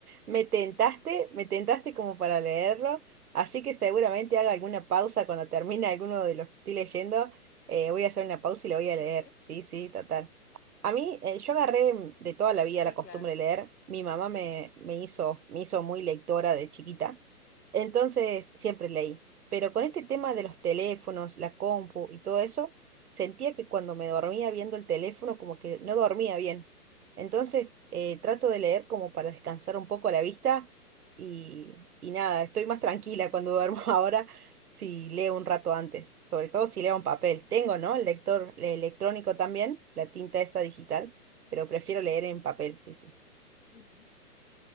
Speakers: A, on the right; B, on the left.
A: Me tentaste, me tentaste como para leerlo, así que seguramente haga alguna pausa cuando termine alguno de los que estoy leyendo. eh, voy a hacer una pausa y lo voy a leer.
B: Sí,
A: Sí, sí, total. A mí, eh, yo agarré mm, de toda la vida
B: sí,
A: la costumbre
B: claro,
A: de leer. Mi mamá
B: sí,
A: me, me hizo, me hizo muy lectora de chiquita, entonces siempre leí. Pero
B: ok.
A: con este tema de los teléfonos, la compu y todo eso, sentía que cuando me dormía viendo el teléfono, como que no dormía bien. Entonces, eh, trato de leer como para descansar un poco la vista y, y nada, estoy más tranquila
B: ujú,
A: cuando duermo <laughs> ahora si leo un rato antes, sobre todo si leo en papel. Tengo, ¿no? El lector el electrónico también, la tinta esa digital, pero prefiero leer en papel, sí, sí.
B: ujú.